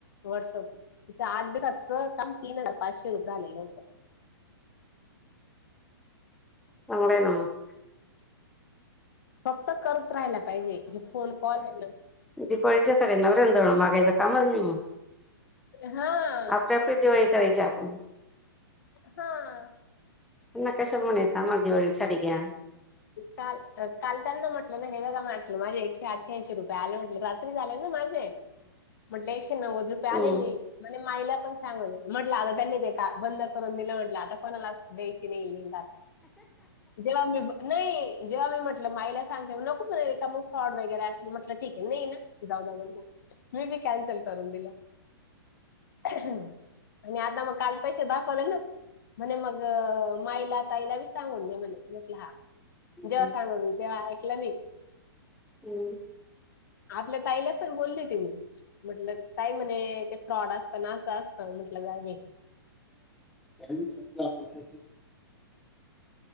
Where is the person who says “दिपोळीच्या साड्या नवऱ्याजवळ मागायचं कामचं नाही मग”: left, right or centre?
Centre